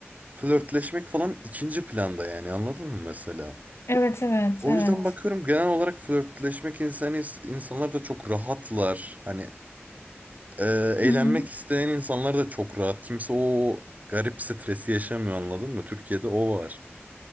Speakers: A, on the right (about 35°); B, on the left (about 75°).
A: flörtleşmek falan ikinci planda yani anladın mı mesela?
B: Evet evet
A: O
B: evet.
A: yüzden bakıyorum genel olarak flörtleşmek insanı insanlar da çok rahatlar. Hani e, eğlenmek
B: Hı hı.
A: isteyen insanlar da çok rahat. Kimse o garip stresi yaşamıyor anladın mı? Türkiye'de o var.